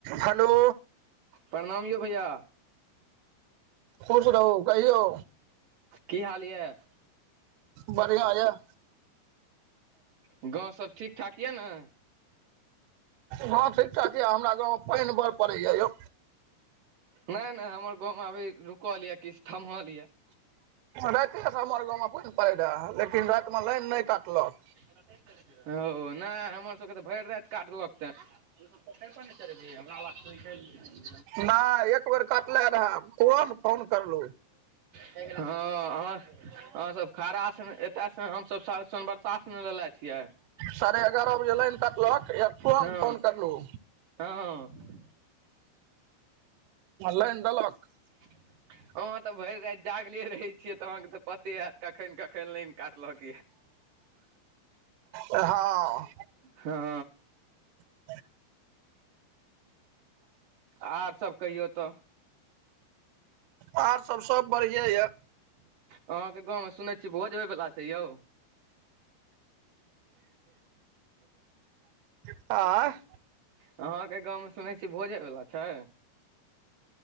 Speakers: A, on the right (about 75°); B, on the right (about 55°).
A: Hello.
B: प्रणाम यौ भैया।
A: खुश रहु कहियौ?
B: की हाल यऽ
A: बढ़िआँ यऽ
B: गाँव सब ठीक ठाक यऽ ने
A: हँ ठीक ठाक ये हमरा गाँवमें पानि बड़ पड़ैए यौ
B: नैय नै हमर गाँव में अभी रुकल य किछ थम्हल य।
A: रातिेसँ हमर गाँव में पानि पड़ैत रहे लेकिन राति में लाइन नहि काटलक।
B: ओ नहि हमर सबके तऽ भरि राति काटलक ते तू सब पोखरि पर ने चल एबही हमरा लग <unintelligible>
A: नाय एक बेर काटले रहे कोन फोन करलौ
B: हँ अहाँ अहाँ सब खड़ासमें एत से हमसभ सरसनबरसा लेलेे छियै।
A: साढ़े एगारह बजे लाइन कटलक एक टोम
B: हँ
A: फोन करलौ।
B: हँ।
A: आ लाइन देलक?
B: <inaudible> अहाँ तऽ भरि राति जागले रहै छियै तऽ अहाँके तऽ पते हेएत कखैन कखैन लाइन काटलक यए
A: हँ
B: हँ।
A: <inaudible>
B: आर सब कहियौ तऽ
A: आरसब सब बढ़िए यऽ
B: अहाँके गाँवमें सुनैय छी भोज होइवला छैय यौ
A: <inaudible> आँ
B: अहाँके गाँवमें सुनैय छी भोजे वेला छैय।